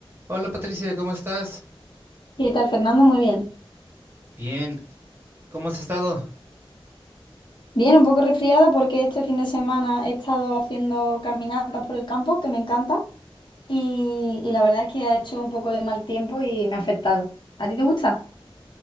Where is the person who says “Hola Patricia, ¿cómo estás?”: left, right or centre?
Right